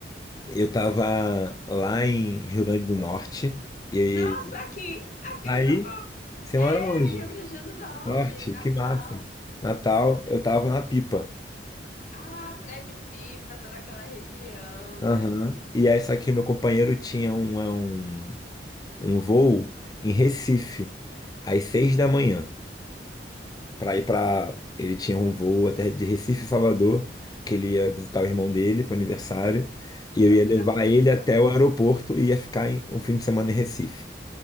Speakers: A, on the left; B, on the left.
A: Eu tava lá em Rio Grande do Norte, e
B: Nossa, aqui! Aqui
A: aí.
B: onde eu
A: Você
B: É,
A: mora onde?
B: Rio Grande do Norte,
A: Norte,
B: Natal.
A: que massa. Natal, eu tava na Pipa.
B: Ah, Prédio de Pipa, toda aquela região,
A: Aham.
B: né?
A: E aí, só que meu companheiro tinha um, é um, um voo em Recife, às seis da manhã, pra ir pra. Ele tinha um voo até de Recife, a Salvador, que ele ia visitar o irmão dele pro aniversário, e eu
B: Só
A: ia
B: que
A: levar
B: ele tava em Pipa,
A: ele até
B: né?
A: o aeroporto e ia ficar em, um fim de semana em Recife.